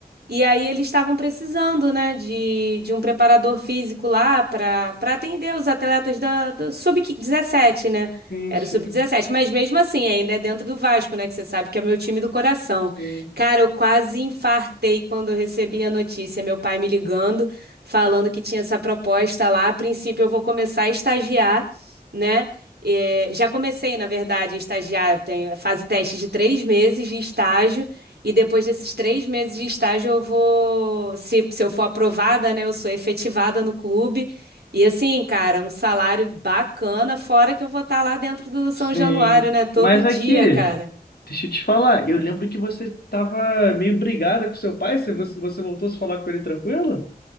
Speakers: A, on the right (about 80°); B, on the left (about 75°).
A: E aí eles estavam precisando, né, de, de um preparador físico lá para para atender os atletas da, do sub-17, né?
B: Sim,
A: Era
B: sim,
A: o sub-17, mas mesmo assim ainda é dentro do Vasco, né? Que você sabe que é meu time do coração.
B: sim,
A: Cara, eu quase infartei quando eu recebi a notícia, meu pai me ligando, falando que tinha essa proposta lá. A princípio, eu vou começar a estagiar, né? É, já comecei, na verdade, a estagiar. Tem fase teste de três meses de estágio, e depois desses três meses de estágio, eu vou, se, se eu for aprovada, né? Eu sou efetivada no clube. E assim, cara, um salário bacana, fora que eu vou estar lá dentro do
B: sim.
A: São Januário, né? Todo
B: Mas
A: dia,
B: aqui,
A: cara.
B: deixa eu te falar. Eu lembro que você tava meio brigada com seu pai. Você, você você voltou a se falar com ele tranquilo?